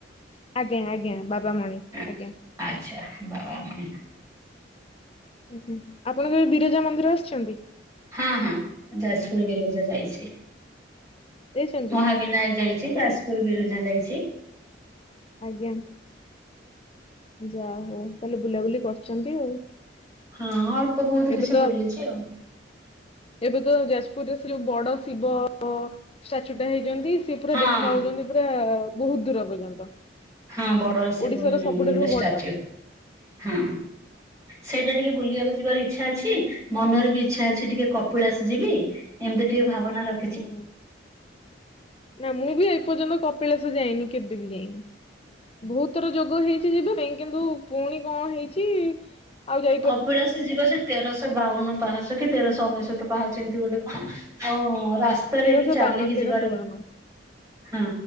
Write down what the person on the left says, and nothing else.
ଆଜ୍ଞା ଆଜ୍ଞା ବାବାମଣି
ଆଜ୍ଞା।
ଆଜ୍ଞା ଆପଣ କେବେ ବିରଜା ମନ୍ଦିର ଆସିଚନ୍ତି।
ଯାଇଛନ୍ତି?
ଭଲ
ଆଜ୍ଞା। ଯା ହଉ ତାହେଲେ ବୁଲାବୁଲି କରିଛନ୍ତି ଆଉ।
ଏବେ ତ
ଏବେ ତ ଯାଜପୁରରେ ସେ ଯୋଉ ବଡ ଶିବ ଷ୍ଟାଚୁ ଟା ହେଇଛନ୍ତି। ସେ ପୁରା
ଦେଖା ଜାଉଛନ୍ତି ପୁରା ବହୁତ ଦୂର ପର୍ଯ୍ୟନ୍ତ।
ଓଡିଶାର ସବୁଠାରୁ
ବଡ।
ହୁଁ। ନା ମୁଁ ବି ଏପର୍ଯ୍ୟନ୍ତ କପିଳାସ ଯାଇନି କେବେ ବି ଯାଇନି। ଵହୁଥର ଯୋଗ ହେଇଚି ଯିବା ପାଇଁ କିନ୍ତୁ ପୁଣି କଣ ହେଇଚି ଆଉ ଯାଇ
ତେରଶହ
ବାଉନ ତେରଶହ
ବାଉନ।